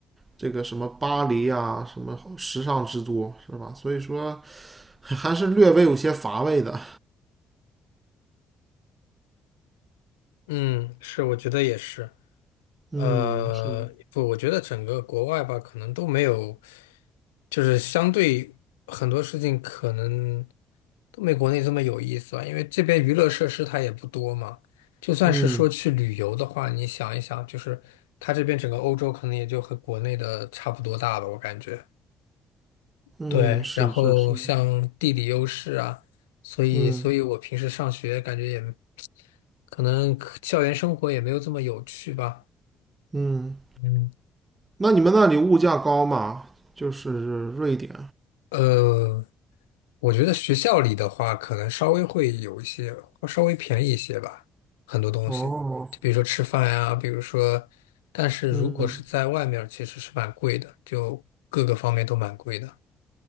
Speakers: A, on the right; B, on the left.
A: 这个什么巴黎啊，什么时尚之都是吧？所以说还是略微有些乏味的。
B: 嗯，是，我觉得也是。
A: 嗯，
B: 呃，
A: 是的，
B: 不，我觉得整个国外吧，可能都没有，就是相对很多事情可能都没国内这么有意思吧，因为这边娱乐设施它也不多嘛。就算是说去旅游的话，
A: 嗯
B: 你想一想，就是它这边整个欧洲可能也就和国内的差不多大吧，我感觉。
A: 嗯，
B: 对，
A: 是是是，
B: 然后像地理优势啊，所以所以我平时上学感觉也
A: 嗯
B: 可能校园生活也没有这么有趣吧。
A: 嗯。
B: 嗯，
A: 那你们那里物价高吗？就是瑞典。
B: 呃，我觉得学校里的话，可能稍微会有一些，稍微便宜一些吧，很多东西，
A: 哦，
B: 就比如说吃饭呀，比如说，但是如果是在外面儿其实是蛮贵的，
A: 嗯，
B: 就各个方面都蛮贵的。